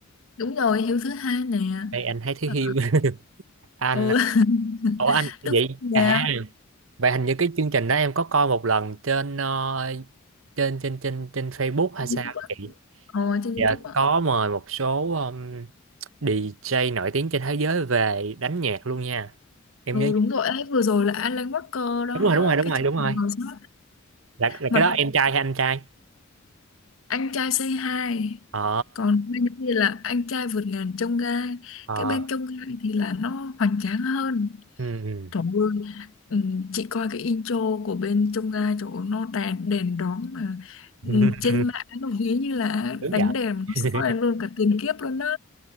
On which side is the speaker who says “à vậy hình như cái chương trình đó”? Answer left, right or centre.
Right